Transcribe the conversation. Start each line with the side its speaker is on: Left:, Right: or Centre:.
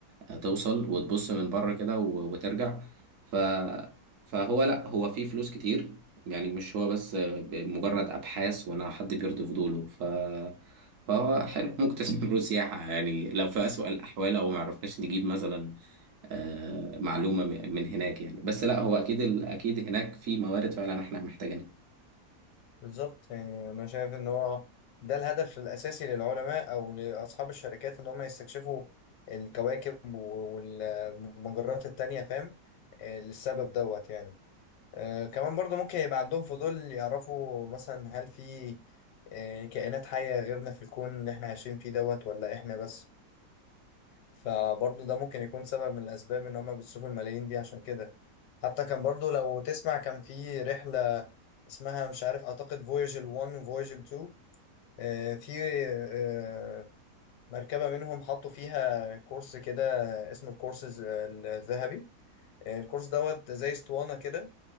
Right: آه، توصل وتبص من بره كده و- وترجع ف فهو لا هو فيه فلوس كتير يعني مش هو بس آه، مجرد ابحاث وانا حد بيرضي فضوله ف فهو حلو ممكن تستثمره سياحة يعني لو في أسوأ الأحوال أو معرفناش نجيب مثلا آه، معلومة م- من هناك يعني بس لا هو أكيد ال- أكيد هناك في موارد فعلا إحنا محتاجينها
Left: بالظبط يعني انا شايف ان هو ده الهدف الاساسي للعلماء او لاصحاب الشركات ان هم يستكشفوا الكواكب و- والمجرات التانية فاهم آه، للسبب دوت يعني آه كمان برضه ممكن يبقى عندهم فضول يعرفوا مثلا هل في آه كائنات حية غيرنا في الكون اللي احنا عايشين فيه دوت ولا احنا بس فبرضه ده ممكن يكون سبب من الأسباب إن هما بيصرفوا الملايين دي عشان كده حتى كان برضه لو تسمع كان في رحلة اسمها مش عارف أعتقد فوياجل 1 وفوياجل 2 آه، في آه، مركبة منهم حطوا فيها كورس كده اسمه الكورس الذهبي آه، الكورس دوت زي اسطوانة كده